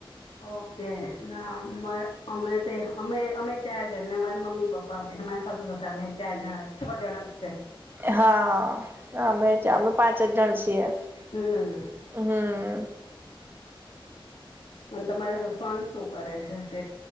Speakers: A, on the left; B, on the right.
A: ઓકે ના <unintelligible> અમે તે અમે અમે ચાર જણ ને અમારા મમ્મી પપ્પા અમાર સાસુ સસરા અમે ચાર જણા છ જણા જ છે.
B: હા અમે અમે પાંચ જ જણ છીએ
A: હમ્મ
B: હમ
A: અને તમારે સન શું કરે છે